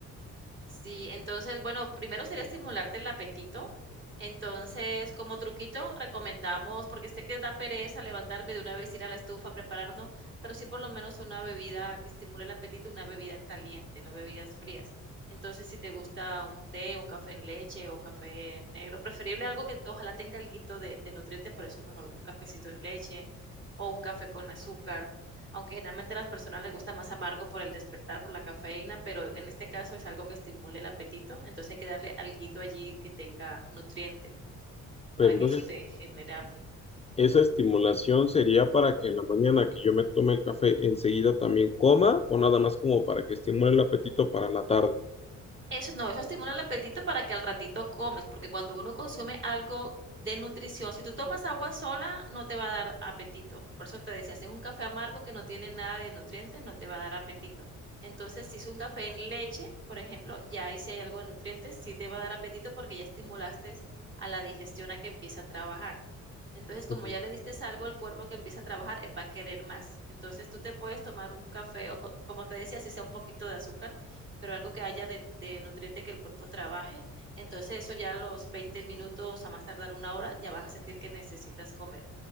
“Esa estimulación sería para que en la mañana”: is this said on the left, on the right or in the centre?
Left